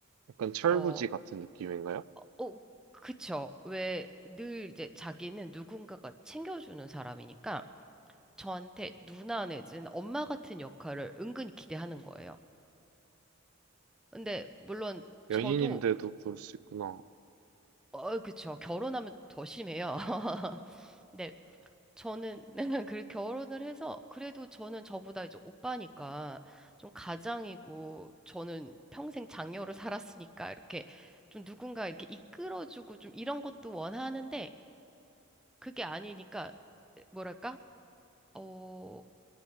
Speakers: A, on the right; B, in the centre.
A: 약간 철부지
B: 어,
A: 같은 느낌인가요?
B: 어, 어, 그쵸. 왜 늘 이제 자기는 누군가가 챙겨주는 사람이니까 저한테 누나 내지는 엄마 같은 역할을 은근히 기대하는 거예요. 근데 물론
A: 연인인데도
B: 저도
A: 그럴 수 있구나.
B: 어, 그쵸. 결혼하면 더 심해요. <laughs> 근데 저는 <laughs> 그 결혼을 해서 그래도 저는 저보다 이제 오빠니까 좀 가장이고 저는 평생 장녀로 살았으니까 이렇게 좀 누군가 이렇게 이끌어주고 좀 이런 것도 원하는데 그게 아니니까 뭐랄까? 어,